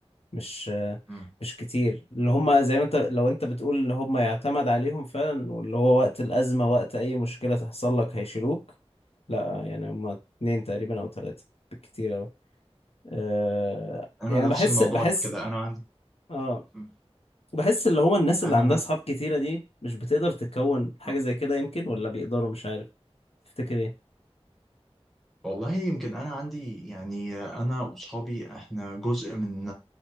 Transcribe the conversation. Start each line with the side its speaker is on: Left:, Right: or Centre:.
Left: مش
Centre: مم.
Left: مش كتير اللي هم زي ما انت لو انت بتقول اللي هم يعتمد عليهم فعلا واللي هو وقت الأزمة وقت أي مشكلة تحصل لك هيشيلوك لا يعني هم اتنين تقريبا أو تلاتة بالكتير أوي أه
Centre: أنا
Left: يعني
Centre: نفس
Left: بحس
Centre: الموضوع
Left: بحس
Centre: كده أنا عندي
Left: اه
Centre: مم.
Left: بحس اللي هو الناس اللي
Centre: أنا
Left: عندها
Centre: نفس
Left: أصحاب كتيرة دي مش بتقدر تكون حاجة
Centre: آه.
Left: زي كده يمكن ولا بيقدروا مش عارف تفتكر ايه
Centre: والله يمكن انا عندي يعني انا واصحابي احنا جزء من